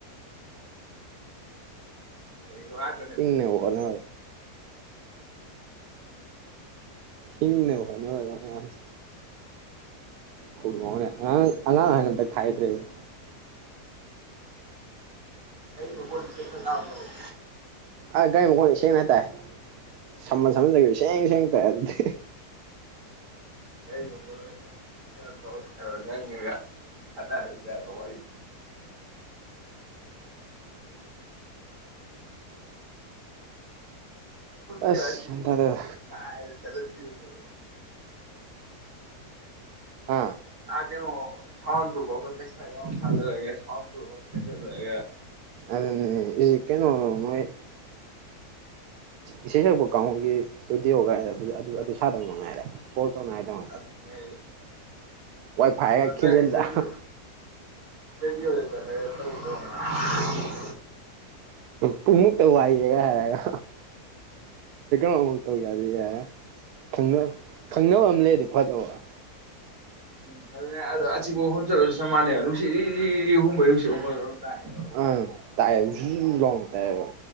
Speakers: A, on the right (about 50°); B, on the right (about 75°).
A: ꯑꯣꯏ <unintelligible>
B: ꯍꯤꯡꯅꯕ ꯍꯣꯠꯅꯕꯗꯥ ꯍꯤꯡꯅꯕ ꯍꯣꯠꯅꯕꯗ ꯃꯌꯥꯝꯁꯦ ꯀꯣꯛ ꯉꯧꯅꯔꯦꯅꯦ ꯑꯉꯥꯡ ꯑꯍꯟ ꯑꯝꯇꯥ ꯈꯥꯏꯗꯔ꯭ꯦꯅꯦ
A: ꯑꯩꯒꯤ ꯃꯈꫭꯟ ꯁꯦꯡꯅ ꯇꯥꯕꯔꫭ
B: ꯑ ꯒꯥꯔꯤ ꯃꯈꯣꯟꯗ ꯁꯦꯡꯅ ꯇꯥꯏ ꯁꯝꯃꯟ ꯁꯝꯃꯟꯖꯈꯤꯕꯦ ꯁꯦꯡ ꯁꯦꯡꯅ ꯇꯥꯏ ꯑꯗꯨꯗꯤ
A: ꯑꯩꯒ ꯑꯣꯏꯅ ꯀꯩꯅꯣ ꯇꯧꯕ ꯅꯪꯉꯒ ꯁꯠꯅꯔꯕ
B: ꯑꯁ
A: ꯏꯖꯤꯁꯤ
B: ꯒ꯭ꯌꯥꯟ ꯇꯥꯗꯦꯗ
A: ꯀꯥꯏ ꯆꯗ ꯖꯤꯕ <unintelligible>
B: ꯑꯥ
A: ꯑꯥ ꯀꯩꯅꯣ ꯁꯥꯎ ꯄ ꯄꯦꯁ ꯐꯗꯒꯦ ꯁꯥꯎꯄ ꯈꯖꯒꯦ
B: ꯑꯗꯨꯅꯦ ꯏ ꯀꯩꯅꯣꯃꫭꯏ ꯏꯁꯩ ꯁꯛꯄ ꯀꯥꯡꯕꯨꯒꯤ ꯏꯁꯇꯗꯤꯑꯣꯒꯥꯏ ꯑꯗꯨ ꯁꯥꯗꯧꯅꯉꯥꯏꯔꯦ ꯀꫭꯜ ꯅꯧꯅꯉꯥꯏꯗꫭ
A: ꯑꯗꯨꯅꯦ
B: ꯋꯥꯏ ꯐꯥꯏꯒ ꯈꯤꯟꯖꯤꯟꯗ
A: ꯅꯒꯦꯁꯗꯤ ꯔꯦꯗꯤ ꯑꯣꯏ ꯁꯥꯔ <unintelligible>
B: ꯄꯨꯡꯃꯨꯛꯇ ꯋꯥꯏꯒꯦꯒ ꯍꯥꯏꯔꯒ ꯕꯀꯨꯛꯇ ꯇꯧꯒꯦꯗꯤ ꯌꯥꯔꯦ ꯈꯪꯅ ꯈꯪꯅꯕ ꯑꯃ ꯂꯩꯗꯤ ꯐꯠꯇꯣꯕ
A: ꯎꯝ ꯑꯗꯨꯅꯦ ꯑꯆꯤꯛꯄ ꯃꯐꯝ ꯆꯠꯂꯁꯨ ꯆꯞ ꯃꯥꯟꯅꯩꯕ ꯅꯨꯡꯁꯤꯠ ꯏ ꯍꯣꯡꯕꯩ ꯅꯨꯡꯁꯤꯠ ꯍꯣꯡ ꯇꯥꯏꯌꯦ
B: ꯑꯝ ꯇꯥꯏ ꯖꯨ ꯂꯥꯎꯅ ꯇꯥꯏ ꯑꯦꯕ